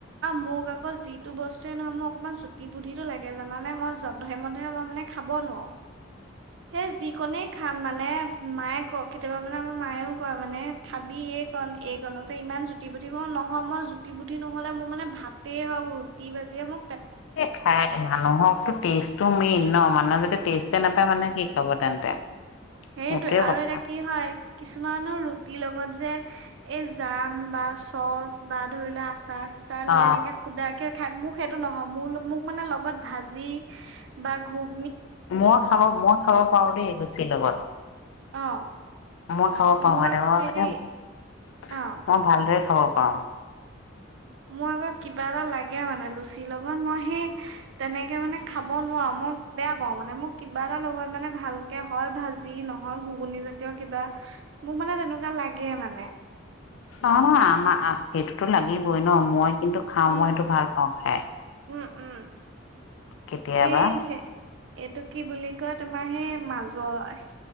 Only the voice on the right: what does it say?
মোক আকৌ যিটো বস্তুৱে নহয় মোক অকমান জুতি বুটিটো লাগে জানে মই যধে মধে মই মানে খাব নোৱাৰো। সেই যিকোনে খাম। মানে মায়ে কওক কেতিয়াবা মানে আমাৰ মায়েও কোৱা মানে থাবি এই কন এই কণতে ইমান জুতি বুদ্ধি মই নহওঁ মই জুতি বুদ্ধি নহল। মোৰ মানে ভাতেই হওক ৰুটি বাজিয়ে মোক।
সেইটয়ে
আৰু
এতিয়া কি হয় কিছুমানৰ ৰুটিৰ লগত যে। এই জাম বা চচ বা ধৰি লোৱা আছে। চাহ চাহ লৈ
এনেকে সুধাক। খাই মোক সেইটো নহয় মোৰ মোক মানে লগত ভাজি বা ঘ।
অ
মোৰ আকৌ
হেৰি
অ
মোৰ আগৌ কিবা এটা লাগে মানে লুচিৰ লগত মই সেই তেনেকে মানে খাব নোৱাৰো মই বেয়া পাও মানে মোক কিবা এটা লগত মানে ভালকে হয় ভাজি নহয় ঘুগুন জাতীয় কিবা মোক মানে তেনেকুৱা। কিবা লাগে মানে।
উম
উম উম
এই সে এইটো কি বুলি ক'য়। তোমাৰ সে মাজৰ।